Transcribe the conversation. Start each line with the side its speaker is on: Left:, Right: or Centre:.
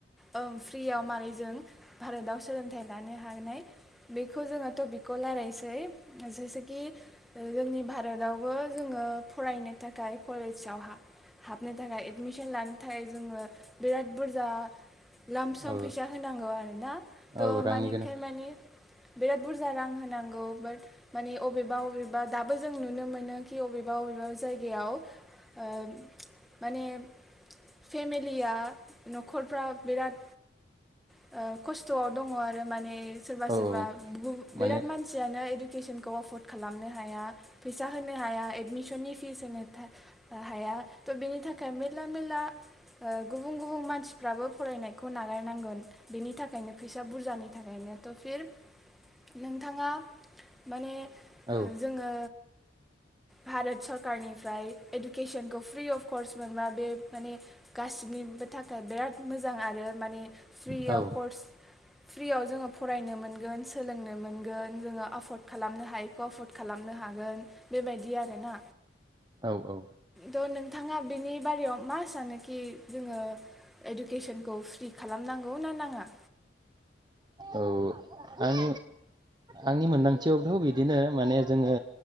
Centre: ओं फ्रियाव मारै जों भारताव सोलोंथाइ लानो हानाय बेखौ जोंङो टपिक खौ रायलायसै जेसे कि जोंनि भारतावबो जोंङो फरायनो थाखाय कलेजाव हा हाबनो थाखाय एडमिसन लानो थाखाय जोंङो बिराद बुरजा लाम सम
Right: औ
Centre: फैसा होनांगौ आरोना त'
Right: औ रांनि
Centre: माने
Right: गोनां
Centre: थार माने बिराद बुरजा रां होनांगौ बाट माने अबेबा अबेबा दाबो जों नुनो मोनो खि अबेबा अबेबा जायगायाव ओ माने फेमे लिया न'खरफ्रा बिराद ओ खस्थ'आव दङ' आरो माने सोरबा
Right: औ
Centre: सोरबा
Right: औ
Centre: बु
Right: माने
Centre: बिराद मानसियानो इडु केसनखौ एफर्ड खालामनो हाया, फैसा होनो हाया, एडमिसननि फिस होनो हाया थ' बेनि थाखाय मेरला मेरला गुबुन गुबुन मानसिफ्राबो फरायनायखौ नागारनांगोन, बेनि थाखायनो फैसा बुरजानि थाखायनो थ' फिर नोंथाङा माने
Right: औ
Centre: जोङो भारत सरकारनिफ्राय इडुकेसनखौ फ्रि अफ कस्ट मोनबा बे माने गासिनिबो थाखाय बिराद मोजां आरो माने फ्रियाव
Right: औ
Centre: कर्स फ्रियाव जोङो फरायनो मोनगोन सोलोंनो मोनगोन जोङो एफर्ड खालामनो हायिखौ एफर्ड खालामनो हागोन बेबायदि आरोना।
Right: औ औ
Centre: त' नोंथाङा बेनि बारायाव मा सानो? कि जोङो इडुकेसनखौ फ्रि खालामनांगौ ना नाङा?
Right: औ आं आंनि मोनदांथियावथ' बिदिनो माने जोङो,